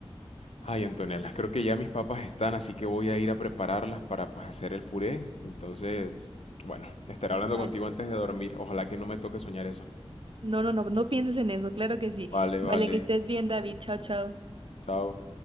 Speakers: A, on the left; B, on the right.
A: ay, Antonella, creo que ya mis papas están, así que voy a ir a prepararlas para pues hacer el puré. Entonces, bueno, estaré hablando
B: vale.
A: contigo antes de dormir. Ojalá que no me toque soñar eso.
B: No, no, no, no pienses en eso, claro que sí.
A: Vale,
B: Vale,
A: vale.
B: que estés bien, David. Chao, chao.
A: Chao.